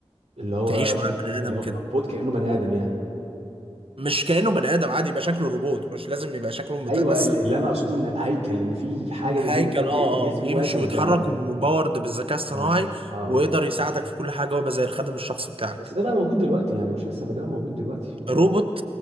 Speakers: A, on the right (about 85°); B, on the right (about 55°).
A: اللي هو
B: تعيش مع البني آدم
A: اللي هو
B: كده
A: روبوت كانه بني ادم يعني
B: مش كأنه بني آدم عادي يبقى شكله روبوت مش لازم يبقى شكله متمثل
A: ايوه ال- اللي انا اقصده ان هيكل ان في حاجه
B: هيكل
A: ج- ج-
B: اه
A: جسم
B: اه بيمشي
A: واقف قدامك
B: ويتحرك ومباورد بالذكاء الصناعي
A: اه اه
B: ويقدر يساعدك في كل حاجة ويبقى زي الخادم الشخصي بتاعك
A: بس ده بقى موجود دلوقتي يعني مش لسه ده موجود دلوقتي
B: روبوت